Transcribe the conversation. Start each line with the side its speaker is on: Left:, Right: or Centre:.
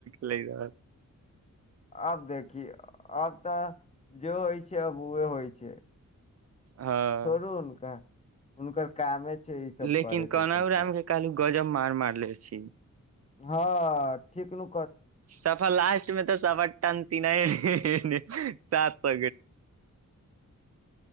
Right: लै जा
Left: आब देख कि आब तऽ ज होइ छै अबुए होइ छै
Right: हँ
Left: छोड़ू हुनका हुनकर कामे छै ई सब
Right: लेकिन
Left: करे
Right: कहनाउ
Left: के तऽ
Right: रामके काली गजब मार मारले छी
Left: हँ ठिकनू
Right: सफर लास्ट मे तऽ सभटन किनए हे हे हे सात सौ